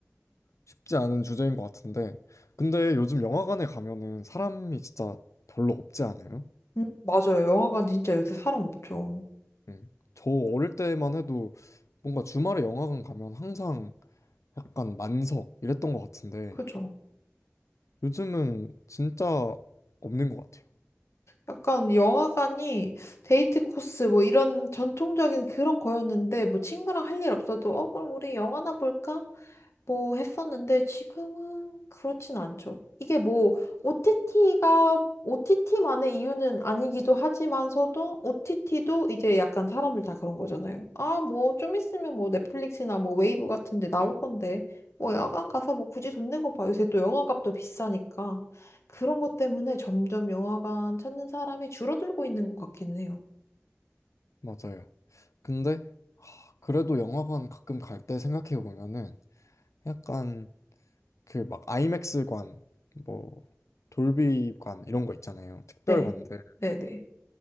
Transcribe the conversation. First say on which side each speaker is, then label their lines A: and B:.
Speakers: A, on the left (about 80°); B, on the left (about 65°).
A: 쉽지 않은 주제인 것 같은데. 근데 요즘 영화관에 가면은 사람이 진짜 별로 없지 않아요?
B: 음, 맞아요. 영화관 진짜 요새 사람 없죠.
A: 응. 저 어릴 때만 해도 뭔가 주말에 영화관 가면 항상 약간 만석 이랬던 것 같은데
B: 그죠?
A: 요즘은 진짜 없는 것 같아요.
B: 약간 영화관이 데이트 코스 뭐 이런 전통적인 그런 거였는데 뭐 친구랑 할 일 없어도 어 그럼 우리 영화나 볼까? 뭐 했었는데 지금은 그렇진 않죠. 이게 뭐 OTT가 OTT만의 이유는 아니기도 하지만서도 OTT도 이제 약간 사람들 다 그런 거잖아요. 아, 뭐 좀 있으면 뭐 넷플릭스나 뭐 웨이브 같은 데 나올 건데 뭐 야간 가서 뭐 굳이 돈 내고 봐. 요새 또 영화값도 비싸니까 그런 것 때문에 점점 영화관 찾는 사람이 줄어들고 있는 것 같기는 해요.
A: 맞아요. 근데 하, 그래도 영화관 가끔 갈 때 생각해 보면은 약간 그 막 아이맥스관, 뭐 돌비관 이런 거 있잖아요. 특별관들.
B: 네. 네네.